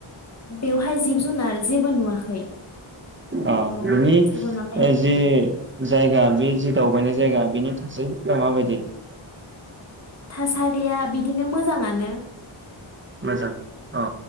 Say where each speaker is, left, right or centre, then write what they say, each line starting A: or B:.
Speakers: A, on the left (about 30°); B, on the right (about 25°).
A: बेवहाय जिब जुनार जेबो नुवाखै
B: ओ
A: औ
B: बिनि
A: जेबो नुवाखै
B: जि जायगा बे जि दावबायनाय जायगा बेनि थासारिफ्रा माबायदि
A: थासारिया बिदिनो मोजाङानो
B: मोजां अ